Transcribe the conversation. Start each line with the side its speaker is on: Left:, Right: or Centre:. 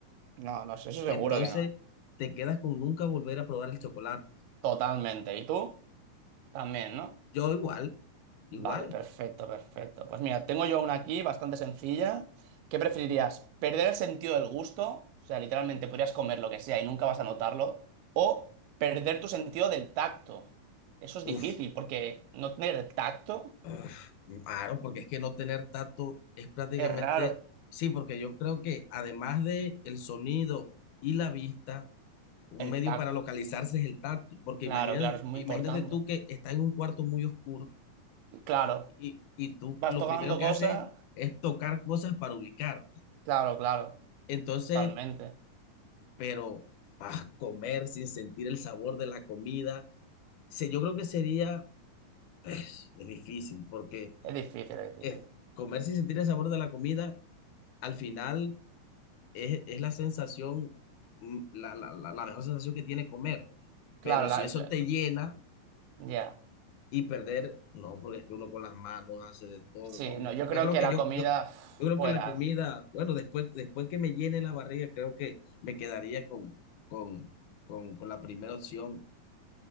Right: No, no sé, eso seguro
Left: Entonces,
Right: que no.
Left: te quedas con nunca volver a probar el chocolate.
Right: Totalmente. ¿Y tú? También, ¿no?
Left: Yo igual, igual.
Right: Vale, perfecto, perfecto. Pues mira, tengo yo una aquí bastante sencilla. ¿Qué preferirías? ¿Perder el sentido del gusto? O sea, literalmente podrías comer lo que sea y nunca vas a notarlo. ¿O perder tu sentido del tacto? Eso es
Left: Uf,
Right: difícil, porque no tener tacto
Left: Uf, claro, porque es que no tener tacto es prácticamente,
Right: es raro.
Left: sí, porque yo creo que además de el sonido y la vista, un
Right: El
Left: medio
Right: tacto,
Left: para localizarse es el tacto, porque
Right: claro,
Left: imagínate,
Right: claro, es muy
Left: imagínate
Right: importante.
Left: tú que estás en un cuarto muy oscuro
Right: Claro,
Left: y, y tú
Right: vas
Left: lo
Right: tocando
Left: primero que
Right: cosas,
Left: haces es tocar cosas para ubicarte.
Right: claro, claro,
Left: Entonces,
Right: totalmente.
Left: pero ah, comer sin sentir el sabor de la comida, se- yo creo que sería, eh, es difícil, porque
Right: Es difícil, es difícil.
Left: es, comer sin sentir el sabor de la comida, al final es, es la sensación, mm, la, la, la, la mejor sensación que tiene comer.
Right: Claro,
Left: Pero
Right: la-
Left: si eso
Right: la-
Left: te llena
Right: ya.
Left: y perder, no, porque es que uno con las manos hace de todo,
Right: Sí,
Left: no, hombre.
Right: no, yo creo
Left: Yo creo
Right: que
Left: que
Right: la
Left: yo,
Right: comida
Left: yo,
Right: uf,
Left: yo creo
Right: fuera,
Left: que la comida, bueno, después, después que me llene la barriga, creo que me quedaría con, con, con, con la primera opción.